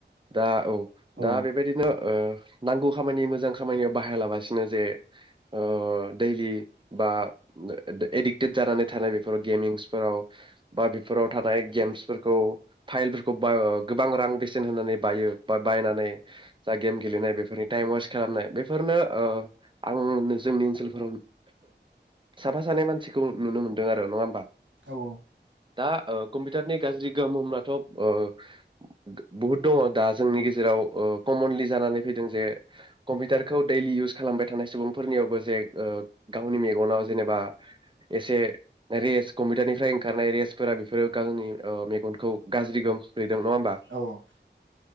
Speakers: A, on the right; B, on the right.
A: दा औ।
B: औ
A: दा बेबायदिनो। ओह नांगौ खामानि मोजां खामानियाव बाहाया लाबासिनो जे ओह दैलि बा ओ द एडिक्टेड जारानै। दे बेफोराव गेमिंसफोराव। बा बेफोराव थानाय गेमस। फोरखौ फाइलफोरखौ बा गोबां रां बेसेन होनानै बायो बाद। बायनानै जा गेम गेलेनाय बेफोरनि तायेम वेस्ट खालामनाय बेफोरनो ओह आं जोंनि ओनसोलफोराव साफा सानै मानसिखौ नुनो मोन दोंआरो नङा ओमबा।
B: औ औ।
A: दा ओ कम्पिटारनि गाज्रि गोहोम होमबाथ ओ। <unintelligible> बहुद दङ दा जोंनि गेजेराव ओह कमनलि जानानै फैदों जे कम्पिउटारखौ दैलि इउस खालामबाय थानाय सुबुंफोरनियावबोजे। ओ गावनि मेगनाव जेनेबा। एसे। रेस कम्पिउटारनिफ्राय ओंखारनाय रेसफोरा बेफोरो गावनि मेगनखौ गाज्रि गोम खोलैदों नङा ओमबा।
B: औ